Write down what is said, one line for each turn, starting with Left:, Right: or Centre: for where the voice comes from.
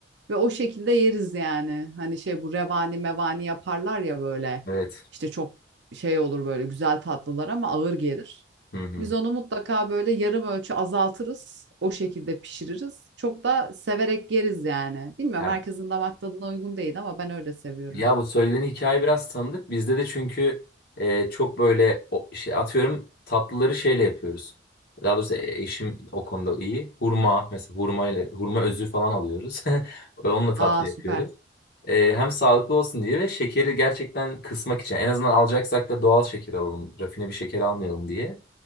Right: Ve o şekilde yeriz yani. Hani şey bu revani mevani yaparlar ya böyle.
Left: Evet.
Right: İşte çok şey olur böyle güzel tatlılar ama ağır gelir.
Left: Hı hı.
Right: Biz onu mutlaka böyle yarım ölçü azaltırız. O şekilde pişiririz. Çok da severek yeriz yani. Bilmiyorum
Left: Ya,
Right: herkesin damak tadına uygun değil ama ben öyle seviyorum.
Left: ya bu söylediğin hikaye biraz tanıdık. Bizde de çünkü e, çok böyle o, şey, atıyorum tatlıları şeyle yapıyoruz. Daha doğrusu e, eşim o konuda iyi. Hurma mesela hurma ile hurma özü falan alıyoruz. <laughs> Onunla tatlı
Right: Aa
Left: yapıyoruz.
Right: süper.
Left: E, hem sağlıklı olsun diye ve şekeri gerçekten kısmak için. En azından alacaksak da doğal şeker alalım. Rafine bir şeker almayalım diye.